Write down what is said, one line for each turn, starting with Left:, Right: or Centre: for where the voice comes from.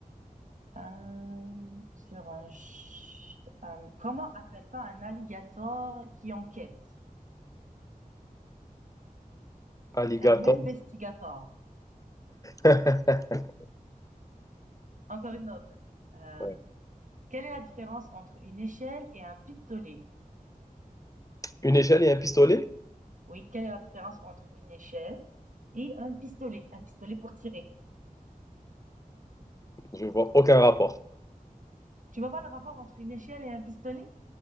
Right: euh, sur un... ch- euh, comment appelle-t-on un alligator qui enquête?
Left: Alligator.
Right: Un investigator.
Left: <laughs>
Right: Encore une autre. Euh,
Left: Ouais.
Right: quelle est la différence entre une échelle et un pistolet?
Left: Une échelle et un pistolet?
Right: Oui, quelle est la différence entre une échelle et un pistolet? Un pistolet pour tirer.
Left: Je vois aucun rapport.
Right: Tu vois pas le rapport entre une échelle et un pistolet?